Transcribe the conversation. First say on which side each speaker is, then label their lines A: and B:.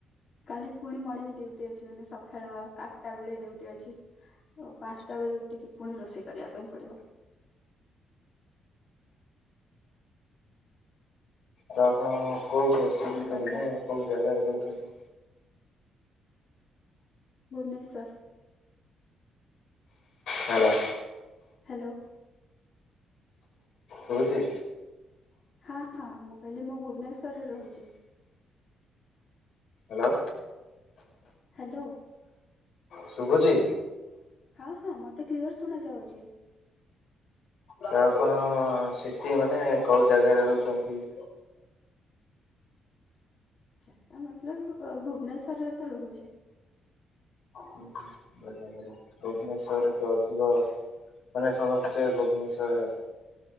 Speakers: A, on the left; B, on the left.
A: କାଲି ପୁଣି ମର୍ଣିଂ ଡିଉଟି ଅଛି ମାନେ ସକାଳ ଆଟା ବେଳେ ଡିଉଟି ଅଛି। ଓ ପାନ୍ସଟା ବେଳେ ଉଠିକି ପୁଣି ରୋଷେଇ କରିବା ପାଇଁ ପଡିବ।
B: ତ ଆପଣ କୋଉଠି ସିପ୍ଟ
A: କଣ
B: ରେ
A: କରିବା
B: ମାନେ କୋଉ ଜାଗାରେ ରହୁଛନ୍ତି।
A: ଭୁବନେଶ୍ୱର।
B: ହ୍ୟାଲୋ।
A: ହ୍ୟାଲୋ।
B: ଶୁଭୁଛି?
A: ହଁ ହଁ ମୁଁ କହିଲି ମୁଁ ଭୁବନେଶ୍ୱରରେ ରହୁଛି।
B: ହ୍ୟାଲୋ।
A: ହ୍ୟାଲୋ।
B: ଶୁଭୁଛି?
A: ହଁ ହଁ ମତେ କ୍ଲିୟର ଶୁଣା ଯାଉଛି।
B: ତ ଆପଣ ସିଟି ମାନେ କୋଉ ଜାଗାରେ ରହୁଛନ୍ତି?
A: ଜାଗା ମତଲବ୍ ଅ ଭୁବନେଶ୍ଵରରେ ତ ରହୁଛି।
B: <unintelligible> ଭୁବନେଶ୍ୱରରେ ତ ଅଧିକ ମାନେ ସମସ୍ତେ ଭୁବନେଶ୍ଵରରେ